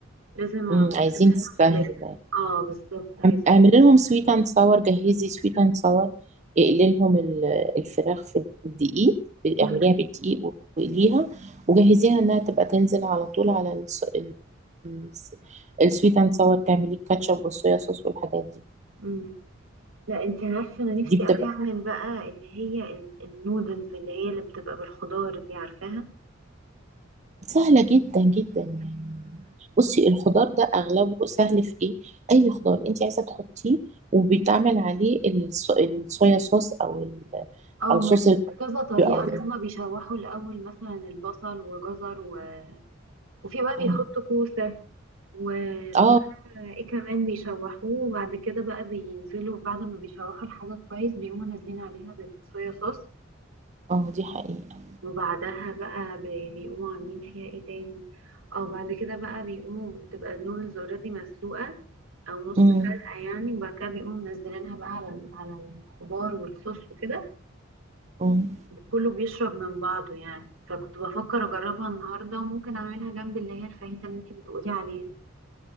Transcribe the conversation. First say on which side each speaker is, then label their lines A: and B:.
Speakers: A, on the right (about 85°); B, on the right (about 35°).
A: لازم على
B: امم
A: طول
B: عايزين
A: في لحمة
B: سهل
A: خلاف
B: ده
A: اه بالظبط عايزة
B: اعم- اعملي لهم سويت
A: خلاف
B: اند ساور جهزي سويت اند ساور اقلي لهم ال- الفراخ في الدقيق
A: مم.
B: اعمليها بالدقيق واقليها وجهزيها انها تبقى تنزل على طول على الس- السويت اند ساور تعمليه الكاتشب والصويا صوص والحاجات دي
A: مم. لا انت عارفة انا نفسي
B: دي بتبقى
A: قوي اعمل بقى اللي هي ال- النودلز اللي هي اللي بتبقى بالخضار دي عارفاها
B: سهلة جدا جدا يعني بصي الخضار ده اغلبه سهل في ايه اي خضار انت عايزة تحطيه وبيتعمل عليه الص- الصويا صوص او ال...
A: اه
B: او صوص
A: ما أنا شفت
B: الباربيكيو
A: كذا طريقة
B: او
A: ان هما بيشوحوا الاول مثلا البصل وجزر و... وفي بقى
B: مم.
A: بيحطوا كوسة ومش
B: اه
A: فاكرة ايه كمان بيشوحوه وبعد كده بقى بينزلوا بعد ما بيشوحوا الحاجة كويس بيقوموا نازلين عليها بالصويا صوص
B: اه دي حقيقة
A: وبعدها بقى بي- بيقوموا عاملين فيها ايه تاني او بعد كده بقى بيقوموا بتبقى النودلز اوريدي مسلوقة او نص
B: مم.
A: سلقة يعني وبعد كده بيقوموا منزلينها بقى على ال- على الخضار والصوص وكده
B: مم.
A: كله بيشرب من بعضه يعني فكنت بفكر اجربها النهاردة وممكن اعملها جنب اللي هي الفاهيتا اللي انتي بتقولي عليها